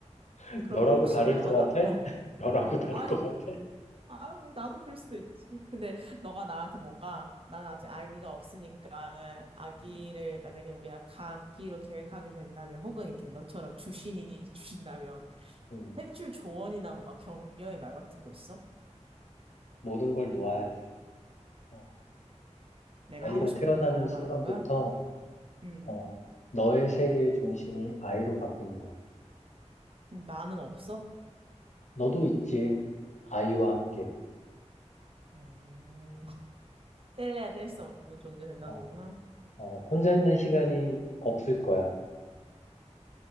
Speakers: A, on the left (about 75°); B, on the right (about 50°).
A: <laughs>
B: 그럼
A: 너라고
B: 혹시
A: 다를
B: 너가
A: 것 같아?
B: 나, 어.
A: <laughs> 너라고 다를
B: 아니,
A: 것 같아?
B: 아, 뭐, 나도 그럴 수도 있지. 근데 너가 나한테 뭔가, 난 아직
A: 음,
B: 아기가 없으니까, 아기를
A: 음,
B: 만약에 우리가 갖기로 계획하게 된다면, 혹은 이렇게 너처럼 주신이 <laughs> 주신다면,
A: 음.
B: 해줄 조언이나 뭔가 격려의 말 같은 거 있어?
A: 모든 걸 놓아야지. 어,
B: 내가
A: 아이가
B: 하고 싶은
A: 태어나는
B: 거 그런 거
A: 순간부터,
B: 말하는 거야? 음.
A: 어, 너의 세계의 중심이 아이로 바뀌는 거야.
B: 나는 없어?
A: 너도 있지. 아이와 함께.
B: 음. 뗄래야 뗄 수 없는 존재 된다는
A: 어,
B: 거구나.
A: 어, 혼자 있는 시간이 없을 거야.